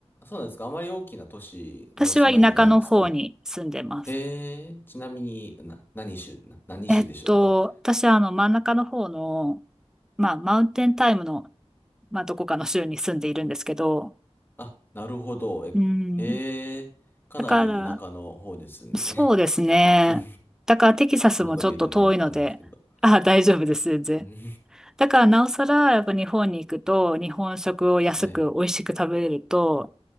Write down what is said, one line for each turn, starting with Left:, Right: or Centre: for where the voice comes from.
Left: そうなんですか。あまり大きな都市にお住まいじゃないんですか
Centre: 私は田舎の方に住んでます。
Left: へえ。ちなみに、な、何州、な、何州でしょうか。
Centre: えっと、私はあの真ん中の方の、まあ、マウンテンタイムの、まあ、どこかの州に住んでいるんですけど、
Left: あ、なるほど。え、
Centre: うん。
Left: へえ。かなり田舎の方ですね。
Centre: だから、そうですね。
Left: <laughs>
Centre: だからテキサスもちょっと遠いので、
Left: こんなこと言うてもいいのかわかんないんですけど。
Centre: あ、大丈夫です、全然。
Left: うん
Centre: だからなおさら、やっぱ日本に行くと、日本食を安く美味しく食べれると、
Left: はい。